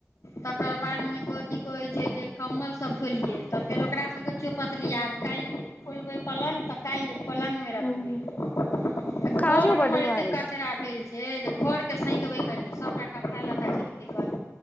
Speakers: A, on the left; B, on the left.
A: तकर बादमे कथी कहैत छै जे कम्बल सभ घोलियै तऽ फेर ओकरा सबके चौपतली आब काल्हि खुलबै पल्ग तऽ काल्हि पलङ्ग मे रखबे
B: हूं काजो बड
A: हमर
B: भऽ
A: एते
B: जाइ
A: कचरा भेल जे घरके सैतबै कनी सभटा कपड़ा लत्ता छै फेकल